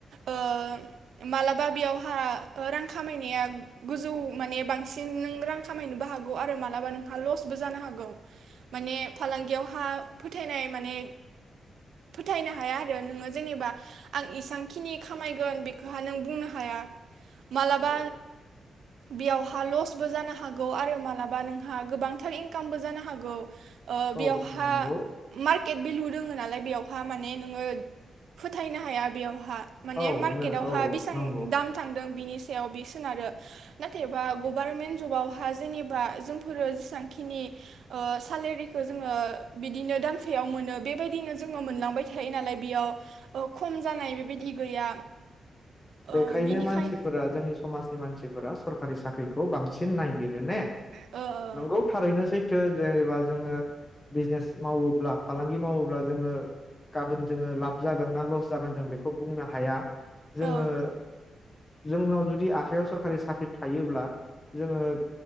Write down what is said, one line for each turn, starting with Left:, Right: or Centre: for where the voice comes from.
Right: ओ मालाबा बेयावहा रां खामायनाया गोजौ माने बांसिन नों रां खामायनोबो हागौ आरो मालाबा नों लसबो जानो हागौ माने फालांगियावहा फोथायनाय माने फोथायनो हाया आरो नोंङो जेनेबा आं इसबांखिनि खामायगोन बेखौहा नों बुंनो हाया। मालाबा
Left: औ
Right: बेयावहा लसबो जानो हा गौ आरो मालाबा नोंहा गोबांथार इनकामबो जानो हागौ। ओ
Left: औ
Right: बेयावहा
Left: नंगौ
Right: मार्केट बेलु दोंङो नालाय बेवहा माने नोंङो फोथायनो हाया बेयावहा माने
Left: औ
Right: मार्केटआवहा
Left: औ
Right: बेसेबां
Left: नंगौ
Right: दाम थांदों बिनि सायाव बे सोनारो। नाथायबा गभार्नमेन्ट जबाव हा जेनेबा जोंफोरो जेसेबांखिनि सालेरिखौ जोंङो बिदिनो दानसेयाव मोनो बेबायदिनो जोंङो मोनलांबाय थायो नालाय बेयाव खम जानाय बेबायदि गैया। ओ
Left: बेखायनो
Right: बिनिखाय
Left: मानसिफोरा जोंनि समाजनि मानसिफोरा सरक रि साख्रि खौ बांसिन नायागिरो ने
Right: सरकारि साख्रिखौ
Left: नोंगौ थारैनोसै थो जेनेबा जोंङो बिजनेस मावोब्ला फालांगि मावोब्ला जोंङो गाबोन जोंङो लाब जागोन ना लस जागोन जों बेखौ बुंनो हाया। जोंङो
Right: बांसिन
Left: जोंनाव जुदि आखायाव सरखारि साख्रि थायोब्ला जोंङो